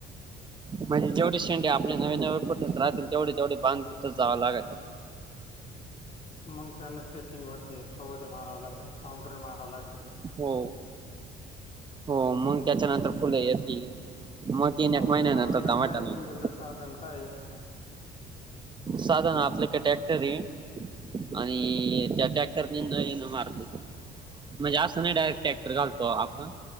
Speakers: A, on the right; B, on the left.
A: म्हणजे जेवढे आपले नवे नवे फुटच राहतील तेवढे तेवढे बांध जावं लागत
B: मग त्याना सेटिंग होते फवर मारावं लागत फउंड्री माराव लागत
A: हो हो मग त्याच्यानंतर फुलं येत म तीन
B: पाऊंडरी
A: एक महिन्यांनी
B: मारायला
A: टमाटे
B: काय तुमच्याकडे
A: येतील
B: साधन काय आहे?
A: साधन आपलं का ट्रॅक्टर आहे आणि त्या ट्रॅक्टर न ये ना मारतो म्हणजे असं नाही डायरेक्ट ट्रॅक्टर घालतो आपण